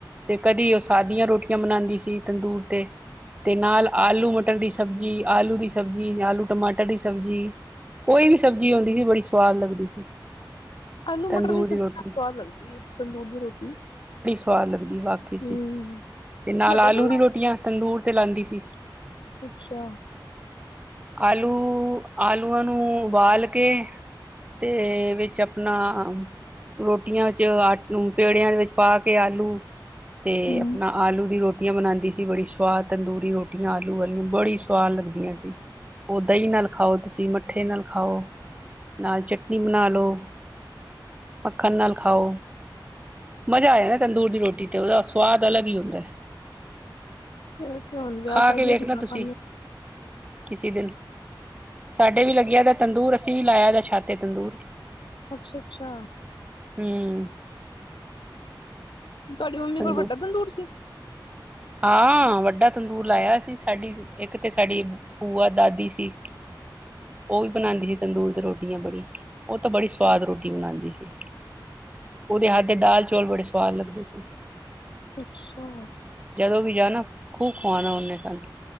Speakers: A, on the right (about 15°); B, on the left (about 75°).
A: ਤੇ ਕਦੀ ਉਹ ਸਾਦੀਆਂ ਰੋਟੀ ਕੀਆਂ ਬਣਾਉਂਦੀ ਸੀ ਤੰਦੂਰ ਤੇ ਤੇ ਨਾਲ ਆਲੂ ਮਟਰ ਦੀ ਸਬਜ਼ੀ ਆਲੂ ਦੀ ਸਬਜ਼ੀ ਆਲੂ ਟਮਾਟਰ ਦੀ ਸਬਜ਼ੀ ਕੋਈ ਵੀ ਸਬਜ਼ੀ ਆਉਂਦੀ ਸੀ ਬੜੀ ਸਵਾਦ ਲੱਗਦੀ ਸੀ
B: ਆਲੂ
A: ਤੰਦੂਰ
B: ਮਟਰ ਦੀ ਸਬਜ਼ੀ
A: ਰੋਟੀ
B: ਸਵਾਦ ਲੱਗ ਗਈ ਹੈ ਤੰਦੂਰ ਦੀ ਰੋਟੀ
A: ਫਾਲ ਦੀ ਬਾਕੀ ਚ
B: ਹਮ
A: ਹੀ ਤੇ ਨਾਲ
B: ਵੱਡਾ
A: ਆਲੂ
B: ਤੰਦੂਰ
A: ਦੀ ਰੋਟੀਆਂ ਤੰਦੂਰ ਤੇ ਲਾਉਂਦੀ ਸੀ
B: ਅੱਛਾ
A: ਆਲੂ ਆਲੂਆਂ ਨੂੰ ਉਬਾਲ ਕੇ ਤੇ ਵਿੱਚ ਆਪਣਾ ਰੋਟੀਆਂ ਆੱਟ ਨੂੰ ਪੇੜਿਆਂ ਦੇ ਵਿੱਚ ਪਾ ਕੇ ਆਲੂ ਤੇ
B: ਹਮ
A: ਆਪਣਾ ਦੀ ਰੋਟੀਆਂ ਬਣਾਉਂਦੀ ਸੀ ਬੜੀ ਸਵਾਦ ਤੰਦੂਰੀ ਰੋਟੀਆਂ ਆਲੂ ਵਾਲੀਆਂ ਬੜੀ ਸਵਾਦ ਲੱਗਦੀਆਂ ਸੀ ਉਹ ਦਹੀਂ ਨਾਲ ਖਾਓ ਤੁਸੀਂ ਮੱਠੇ ਨਾਲ ਖਾਓ ਨਾਲ ਚਟਨੀ ਬਣਾ ਲਓ ਮੱਖਣ ਨਾਲ ਖਾਓ ਮਜ਼ਾ ਆ ਜਾਂਦਾ ਤੰਦੂਰ ਦੀ ਰੋਟੀ ਤੇ ਉਹਦਾ ਸਵਾਦ ਅਲੱਗ ਹੀ ਹੁੰਦਾ ਹੈ
B: ਤੇ ਹੁਣ ਵਿਆਹ
A: ਖਾ
B: ਸ਼ਾਦੀ
A: ਕੇ ਵੇਖਣਾ
B: ਜ ਖਾ
A: ਤੁਸੀਂ
B: ਪਾ
A: ਕਿਸੇ ਦਿਨ ਸਾਡੇ ਵੀ ਲੱਗਿਆ ਦਾ ਤੰਦੂਰ ਅਸੀਂ ਵੀ ਲਾਇਆ ਦਾ ਛਾਤੇ ਤੰਦੂਰ
B: ਅੱਛਾ ਅੱਛਾ
A: ਹਮ
B: ਤੁਹਾਡੀ ਮੰਮੀ
A: ਤੰਦੂ
B: ਕੋਲ ਵੱਡਾ ਤੰਦੂਰ ਸੀ
A: ਹਾਂ ਵੱਡਾ ਤੰਦੂਰ ਲਾਇਆ ਸੀ ਸਾਡੀ ਇੱਕ ਤੇ ਸਾਡੀ ਬੂਆ ਦਾਦੀ ਸੀ ਉਹ ਵੀ ਬਣਾਉਂਦੀ ਸੀ ਤੰਦੂਰ ਤੇ ਰੋਟੀਆਂ ਬੜੀ ਉਹ ਤਾਂ ਬੜੀ
B: ਅੱਛਾ
A: ਸਵਾਦ ਰੋਟੀ ਬਣਾਉਂਦੀ ਸੀ ਉਹਦੇ ਹੱਥ ਦੇ ਦਾਲ ਚੌਲ ਬੜੇ ਸਵਾਦ ਲੱਗਦੇ ਸੀ
B: ਅੱਛਾ
A: ਜਦੋਂ ਵੀ ਜਾ ਨਾ ਖੂਬ ਖਵਾਉਣਾ ਉਹਨੇ ਸਾਨੂੰ